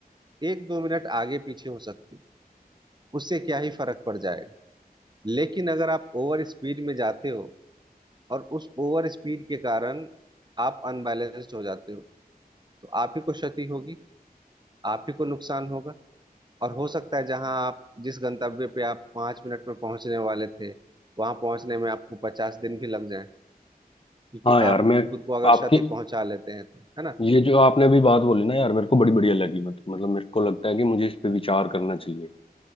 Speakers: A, on the right; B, on the left.
A: एक दो मिनट आगे पीछे हो सकते हो उससे क्या ही फर्क पड़ जाएगा लेकिन अगर आप ओवर स्पीड में जाते हो और उस ओवर स्पीड के कारण आप अनबैलेंस्ड हो जाते हो तो आप ही को क्षति होगी आप ही को नुकसान होगा और हो सकता है जहां आप जिस गंतव्य पे आप पाँच मिनट में पहुंचने वाले थे वहां पहुंचने में आपको पचास दिन भी लग जाए क्योंकि
B: हाँ यार
A: आप
B: मैं
A: खुद को अगर
B: आपकी
A: क्षति पहुंचा लेते हैं तो है ना
B: ये जो आपने अभी बात बोली ना यार मेरे को बड़ी बढ़िया लगी मत- मतलब मेरे को लगता है कि मुझे इस पे विचार करना चाहिए